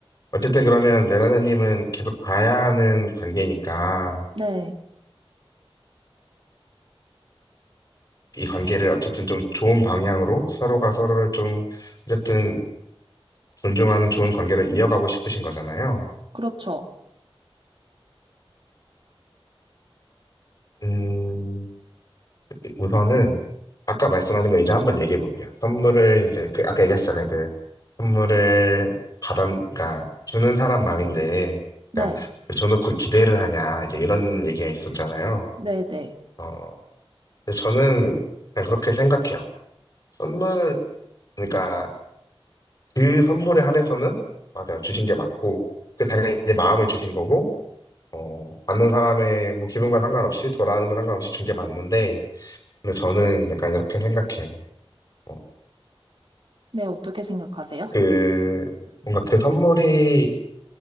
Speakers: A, on the left; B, on the right.
A: 어쨌든 그러면 레나자님은 계속 봐야 하는 관계니까
B: 네,
A: 이 관계를 어쨌든 좀 좋은 방향으로 서로가 서로를 좀 어쨌든 존중하는 좋은 관계로 이어가고 싶으신 거잖아요.
B: 그렇죠.
A: 음, 우선은 아까 말씀하신 거 이제 한번 얘기해 볼게요. 선물을 이제 그 아까 얘기했잖아요. 그 선물을 받은 그러니까 주는 사람 마음인데
B: 네,
A: 그러니까 왜 줘놓고 기대를 하냐 이제 이런 얘기가 있었잖아요.
B: 네, 네.
A: 어, 근데 저는 그냥 그렇게 생각해요. 선물, 그러니까 그 선물에 한해서는 맞아요. 주신 게 맞고, 그 당연히 마음을 주신 거고, 어, 받는 사람의 뭐 기분과 상관없이, 돌아오는 거 상관없이 준 게 맞는데, 근데 저는 약간 이렇게 생각해요. 어,
B: 네, 어떻게 생각하세요?
A: 그, 뭔가 그 선물이,